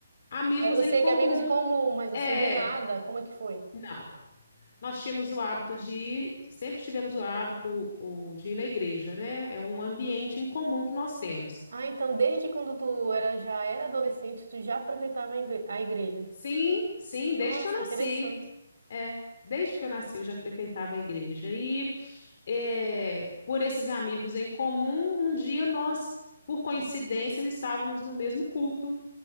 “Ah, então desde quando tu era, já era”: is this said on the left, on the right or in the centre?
Right